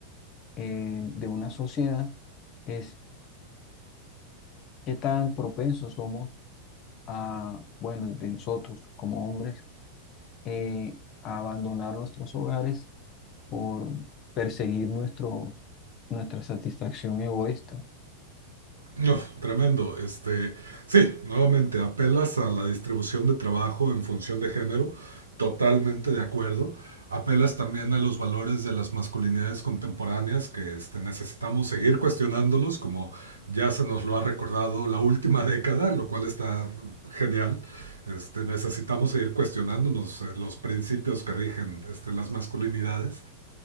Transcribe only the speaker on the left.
eh, de una sociedad, es qué tan propensos somos a, bueno, de nosotros como hombres, eh, a abandonar nuestros hogares por perseguir nuestro, nuestra satisfacción egoísta.